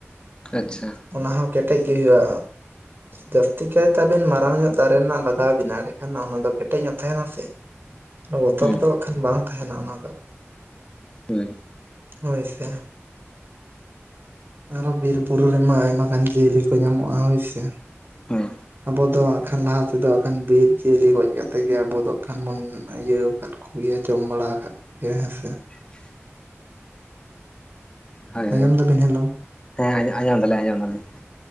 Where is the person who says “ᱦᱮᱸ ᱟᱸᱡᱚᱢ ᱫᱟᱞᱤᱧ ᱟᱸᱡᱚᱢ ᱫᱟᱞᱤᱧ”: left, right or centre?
Left